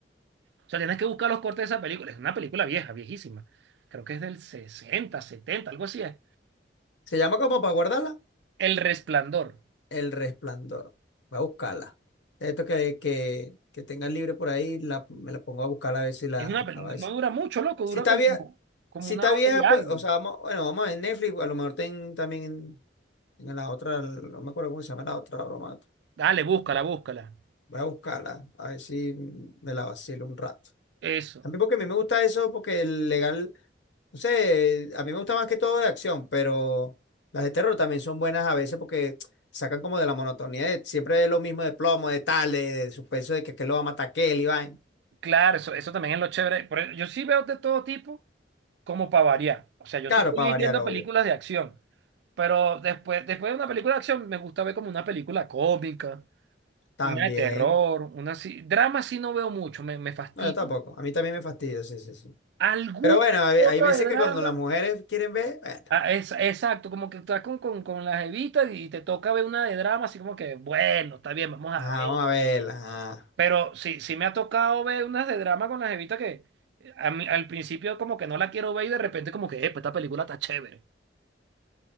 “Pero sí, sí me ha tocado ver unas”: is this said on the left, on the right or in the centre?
Right